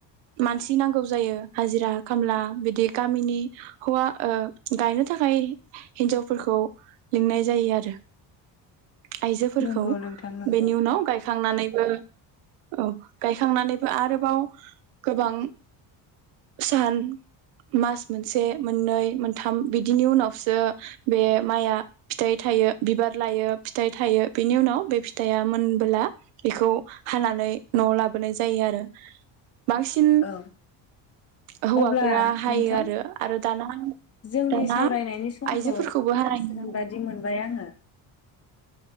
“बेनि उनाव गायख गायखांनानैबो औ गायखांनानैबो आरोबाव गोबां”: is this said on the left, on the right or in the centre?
Right